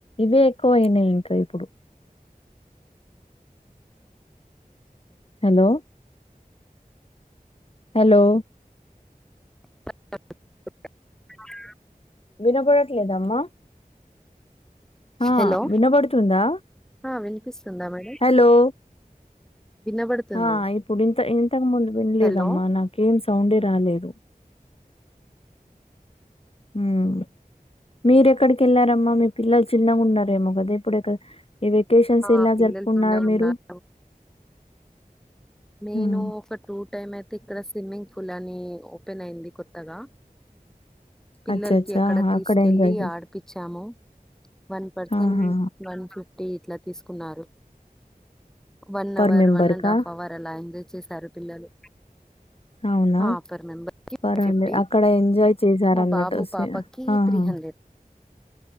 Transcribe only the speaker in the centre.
<unintelligible>
హలో
ఆ వినిపిస్తుందా మేడం
వినబడుతుంది
హలో
ఆ
పిల్లలు
చిన్నగా
ఉన్నారు నేను
ఒక టూ టైమ్ అయితే ఇక్కడ స్విమ్మింగ్ పూల్ అని ఓపెన్ అయింది కొత్తగా పిల్లలకి
అక్కడ
తీసుకెళ్లి
ఆడిపిచ్చాము వన్ పర్సన్
వన్ ఫిఫ్టీ ఇట్లా తీసుకున్నారు one
hour
one and
హాఫ్ అవర్ అలా ఎంజాయ్ చేశారు పిల్లలు
ఆ పర్ మెంబర్ కి
ఫిఫ్టీ
మా బాబు
పాపకి
త్రీ హండ్రెడ్